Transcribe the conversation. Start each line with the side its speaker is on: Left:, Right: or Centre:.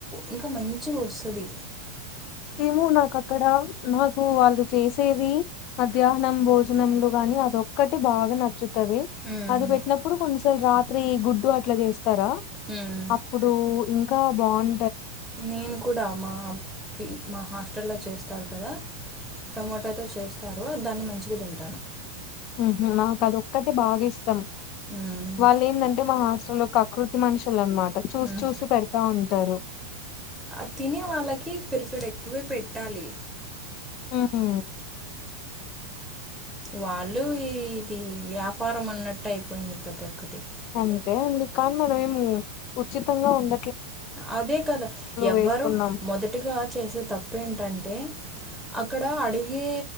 Centre: ఇంకా మంచి వస్తది
Left: మో నాకు అక్కడ నాకు వాళ్ళు చేసేది మధ్యాహ్నం భోజనలు గాని అది ఒక ఒకక్కటి బాగా నచ్చుతది
Centre: మ్మ్.
Left: అది పెట్టినప్పుడు కొన్నిసార్లు రాత్రి గుడ్డు అట్లా చేస్త ారా
Centre: మ్మ్.
Left: అప్పుడు ఇంకా బాగుం
Centre: నేను కూడా మా మా హాస్టల్లో చేస్తారు కదా టమోటాతో చేస్తారు దాన్ని మంచిగా తింట
Left: ఉహూ నాకు అదిక్కటి బాగా ఇష్టం
Centre: మ్మ్.
Left: వాళ్ళు ఏంటంటే మా హాస్టల్లో కకృతి మనుషుల అన్నమాట చూసి
Centre: మ్మ్.
Left: చూసి పెడతా ఉంటారు
Centre: ఆ తినే వాళ్ళకి పిరికెడు ఎక్కువే పెట్టాలి
Left: హ్మ్
Centre: వాళ్ళు ఇ ఇది వ్యాపారం అన్నట్టు అయిపోయింది ప్రతి ఒక్కటి
Left: అంతే అండి కానీ మనమే ఉచితంగా ఉండ
Centre: అదే కదా ఎవ్వరు
Left: వేస్తున్నాం.
Centre: మొదటిగా చేసే తప్పుేంటంటే అక్కడ అడిగే